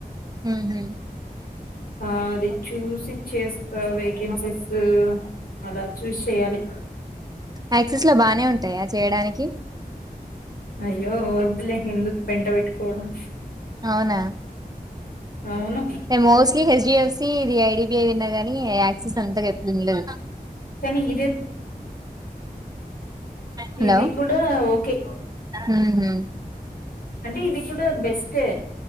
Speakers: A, on the right (about 25°); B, on the left (about 70°).
A: హుమ్మ్
B: ఆ అది చూసి చేస్తా వేకెన్సీస్ అలా చూష్ చేయాలి
A: యాక్సిస్ లో బానే ఉంటాయా చేయడానికి
B: అయ్యో వద్దులే ఎందుకు పెంట పెట్టుకోడం
A: అవునా
B: అవును
A: మోస్ట్లీ హెచ్డీఎఫ్సి ఇది ఐడిబిఐ విన్నా ని యాక్సిస్ అంతా ఎ వినలేదు
B: కని ఇది
A: హలో
B: ఇది కూడా ఓకే
A: ఉహు
B: అంటే ఇది కూడా బెస్టే